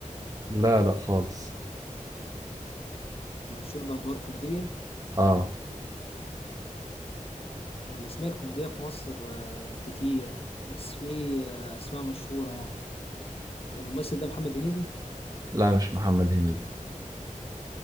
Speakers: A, on the right; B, on the left.
A: لا لا خالص
B: مشهور بأدوار كوميدية
A: آه
B: والأسماء الكوميدية في مصر آه كتير بس في آه أسماء مشهورة يعني الممثل ده محمد هنيدي
A: لا مش محمد هنيدي